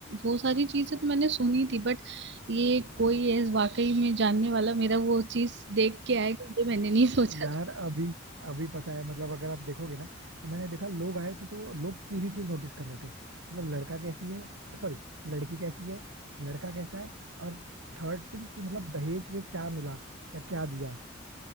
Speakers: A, on the right; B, on the right.
A: वो सारी चीजें तो मैंने सुनी थी बट ये कोई है वाकई में जानने वाला मेरा वो चीज देख के आया कि ये मैंने नहीं <laughs> सोचा
B: यार
A: था
B: अभी अभी पता है मतलब अगर आप देखोगे ना तो मैंने देखा लोग आए थे तो वो लोग तीन ही चीज नोटिस कर रहे थे मतलब लड़का कैसी है सॉरी लड़की कैसी है लड़का कैसा है और थर्ड थिंग कि मतलब दहेज में क्या मिला या क्या दिया